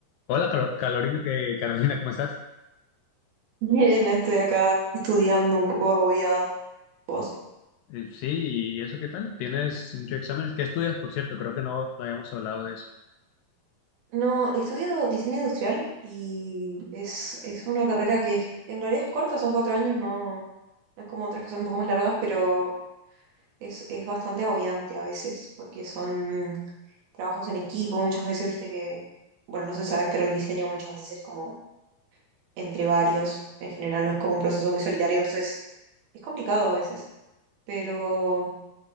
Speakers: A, on the left; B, on the right.
A: Hola, Caro- Carolina, eh, Carolina, ¿cómo estás?
B: Bien, estoy acá estudiando un poco agobiada. ¿Vos?
A: Eh, sí, ¿y eso qué tal? ¿Tienes muchos exámenes? ¿Qué estudias, por cierto? Creo que no, no habíamos hablado de eso.
B: No, estudio diseño industrial y es, es una carrera que es- en realidad es corta, son cuatro años, no, no es como otras que son un poco más largas, pero es, es bastante agobiante a veces, porque son trabajos en equipo, muchas veces, viste que, bueno, no sé si sabes, pero el diseño muchas veces es como entre varios, en general no es como un proceso muy solitario, entonces es complicado a veces, pero